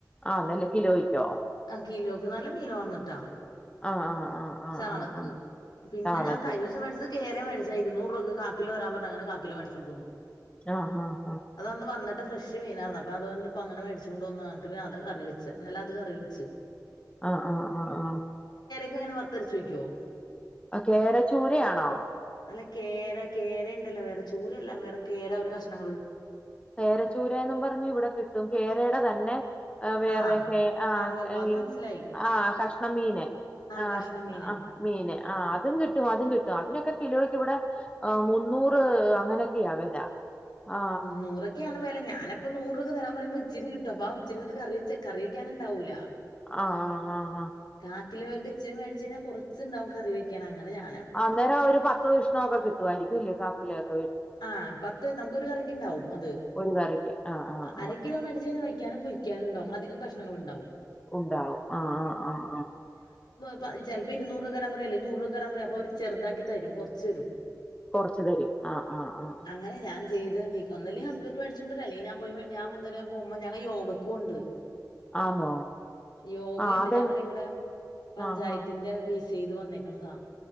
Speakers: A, on the left (about 15°); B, on the left (about 80°).
A: ആന്നല്ലേ കിലോയ്ക്കോ
B: ആ കിലോക്ക് നല്ല മീൻ വർന്നിട്ടാ
A: ആഹ് ആഹ് ആഹ് ആഹ്
B: ചാളക്ക്
A: ആഹ് ആഹ്
B: പിന്നെ
A: താളയ്ക്ക്
B: ഞാൻ കഴിഞ്ഞ ദിവസം മേടിച്ചത് കേ കേര മേടിച്ച ഇരുന്നൂറ് രൂപക്ക് കാക്കിലോ തരാൻ പറഞ്ഞ അങ്ങനെ കലക്കിലോ മേിച്ചോണ്ട് വന്നു
A: ആഹ ആഹ് ആഹ്
B: അതന്ന് വന്നിട്ട് ഫ്രഷ് മീനായിരുന്നു അപ്പ അതുവന്നിട്ട് പിന്നങ്ങനെ മേടിച്ചോണ്ട് എന്നിട്ട് പിന്നെ അതെ കറി വച്ചു ഇന്നലെ അത് കറി വെച്ച്
A: ആഹ ആഹ് ആഹ ആഹ
B: തങ്ങനെ വറത്തരച്ചു വയ്ക്കുവോ
A: ആ കേര ചൂരയാണോ
B: അല്ല കേര കേരയിണ്ടല്ലോ വേറെ ചൂരയല്ല വേറെ കേര ഒരു കഷണ്ണങ്ങള്
A: കേരച്ചൂരേന്നും പറഞ്ഞു ഇവിടെ കിട്ടും കേരേടെ തന്നെ ആ വേറെയൊക്കെ
B: ആഹ്
A: ആ
B: ആഹ് ഉവ്വ് ഉവ്വ് അത്
A: ഈ
B: മനസ്സിലായി
A: ആ കഷണം മീന്
B: ആഹ്
A: ആ
B: കഷ്ണം മീന്
A: ആ മീന് ആ അതും കിട്ടും അതും കിട്ടും അതിനൊക്കെ കിലോ ഇവിടെ മുന്നൂറ് അങ്ങനൊക്കെയ്യാ വെല ആ
B: നൂറോക്കെയാണ് വില ഞാനപ്പ നൂറ് തരാപ്പറയൂമ്പ ഇച്ചിരി കിട്ടും ആ ഇച്ചിരിടുത്ത് കറിവച്ച് കറിവക്കാനുണ്ടാവൂലാ.
A: ആ ആ ആ ആ
B: കാക്കിലോക്കെ ഇച്ചിരി മേടിച്ച് കഴിഞ്ഞൽ കുറച്ചുണ്ടാവും കറി വെക്കാന് അങ്ങനെ ഞാൻ
A: അന്നേരം ഒരു പത്തു വിഷ്ണമൊക്കെ കിട്ടുവായിരിക്കുല്ലേ കാ <unintelligible>
B: ആ പത്ത് നമുക്കൊരു കറിക്കുണ്ടാവും അത്
A: ഒരു കറിക്ക് ആഹ് ആഹ്
B: അര
A: ആഹ്
B: കിലോ
A: ആഹ്
B: മേടിച്ചു കഴിഞ്ഞാ വയ് ക്കാനും പൊരിക്കാനുണ്ടാവും അധികം കഷണങ്ങൾ ഉണ്ടാവും.
A: ഉണ്ടാവും ആ ആ ആ ആ
B: പ ചിലപ്പോ ഇരുന്നൂറ് തരാൻ പ അല്ലേ നൂർരുപയ്ക്ക് തരാൻ പറയും അപ്പ അവരെ ചെറുതാക്കി തരും. കുറച്ച് തരും
A: കൊറച്ചു തരും ആഹ് ആഹ് ആഹ്
B: അങ്ങനെ ഞാൻ <unintelligible> ഒന്നൂല്ലെങ്കി ഹസ്ബന്റ് മേടിച്ചോണ്ടരും അല്ലെങ്കി ഞാൻ പോയി ഞാനതിലെ പോകുമ്പം ഞങ്ങള് യോഗയ്യ്ക്കു പോണണ്ട്
A: ആന്നോ
B: യോഗയുണ്ട്
A: ആഹ് അത്
B: ഞങ്ങടെ ഇവിടെ പഞ്ചായത്തിന്റെ
A: ആഹ് ആഹ്
B: ബേസ് ചെയ്തു വന്നേക്കണതാ